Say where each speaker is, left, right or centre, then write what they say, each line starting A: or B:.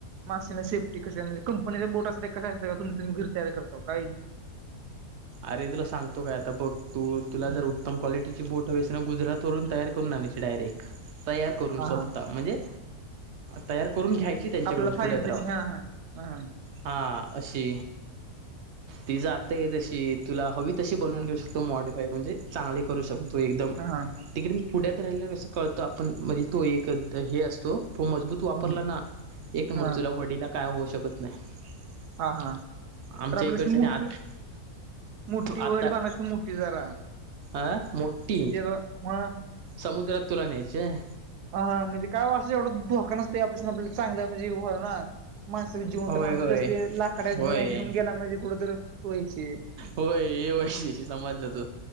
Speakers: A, on the right; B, on the right.
A: मास्से नाही सेफ्टी कशी म्हजे कंपनीचा बोट असते का कश असतं तुम्ही तुम्ही घर तर करता का
B: अरे तुला सांगतो काय आता बघ तू तुला
A: हं.
B: जर उत्तम क्वालिटीची बोट वे गुरात वरून तया करून आणायची डायरेक्ट तया
A: हा
B: स्वत
A: हा
B: म्हणजे. तयार करून घ्या त्यांच्याकडून
A: आपल्याला पाहिजे
B: पुण्यात राहून
A: तशी हा हा हा हा
B: हा अशी ती ज आता आहे तशी तुला हवी तशी बनून
A: हा
B: घेऊ शकते तो मॉडफाय म्हणजे चांगली करू शकतो
A: हं.
B: एकदम
A: हा हा
B: तिकडे पुढ्यात राहियला कसं कळत आपण म्हणजे तो एक हे असतो तो मजबूत तू वापरला
A: हं.
B: ना एक मृत्यूला
A: हा
B: वडीला काय होऊ शकत नाही
A: हा हा
B: आमच्या
A: तर आपल्याशी
B: इकडच्या
A: मोठी
B: आणि आत
A: मोठी
B: त आता
A: वड बांधायची मोठी जरा
B: अं मोठी
A: म्हणजे जरा- हा
B: समुद्रात तुला न्यायचं
A: ह म्हणजे काय वष एवढं धोका नसते यापासून आपल्याला चांगलं म्हणजे ना माणस जेवण
B: होय
A: राणार
B: होय.
A: तस लाकडा
B: होय
A: जुन्या घेऊन गेला म्हणजे कुठ तर वयचे
B: होय हे वैशशी समजलं तू